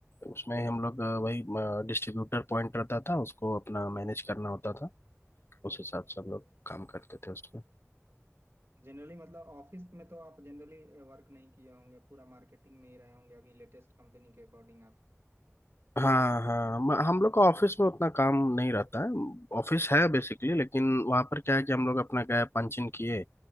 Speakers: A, on the left; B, on the right.
A: उसमें हम लोग अ, वही डिस्ट्रीब्यूटर पॉइंट रहता था उसको अपना मैनेज करना होता था उस हिसाब से हम लोग काम करते थे उसमें
B: जनरली मतलब ऑफिस में तो आप जनरली वर्क नहीं किए होंगे पूरा मार्केटिंग में ही रहे होंगे अभी लेटेस्ट कंपनी के अकॉर्डिंग आप
A: हाँ हाँ म- हम लोग का ऑफिस में उतना काम नहीं रहता है ऑफिस है बेसिकली लेकिन वहाँ पर क्या है कि हम लोग अपना गए पंच इन किए